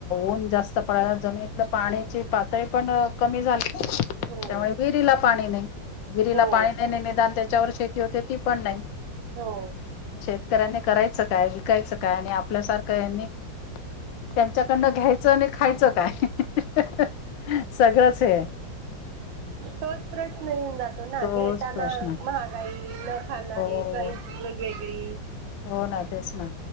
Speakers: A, on the left; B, on the right.
A: ऊन जास्त पडयला जमितलं पाण्याची पातळी पण क झा
B: हो
A: त्यामुळे विरीला पाणी नाही विरीला
B: हो
A: पाणी नाही निदान त्याच्यावर शती होते ती पण नाही.
B: हो.
A: शेतकऱ्यांनी करायचं काय विकायचं काय आणि आपल्यासारखं यांनी त्यांच्याकडनं घ्यायचं आणि खायचं काय? सगळंच हे.
B: तोच प्रश्न येऊन जातो ना
A: तोच
B: घेताना
A: प्रश्न
B: महागाई न खाणारे
A: हो
B: चवाईस वेगवेगळी
A: हो ना तेच मग